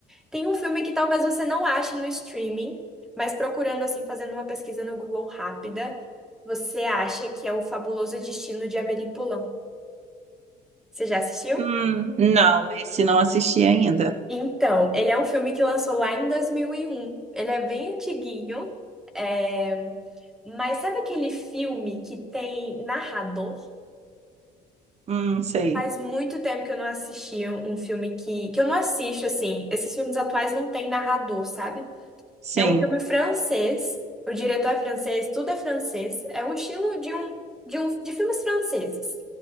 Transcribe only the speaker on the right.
Hum, não, esse não assisti ainda.
Hum, sei.
Sim.